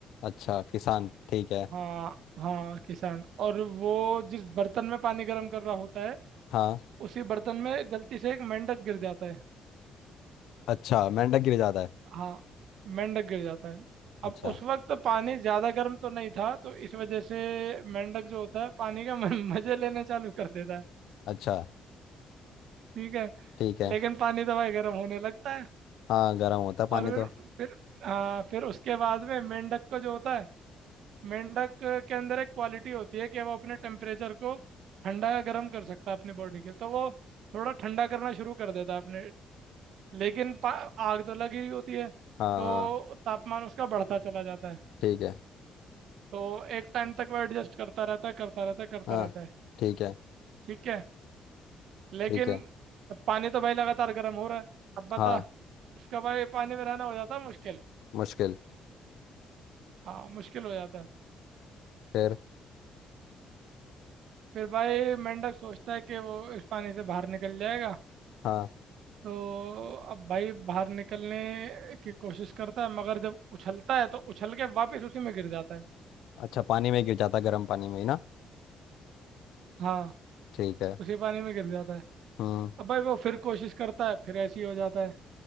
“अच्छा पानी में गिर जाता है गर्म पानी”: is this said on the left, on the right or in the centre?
Left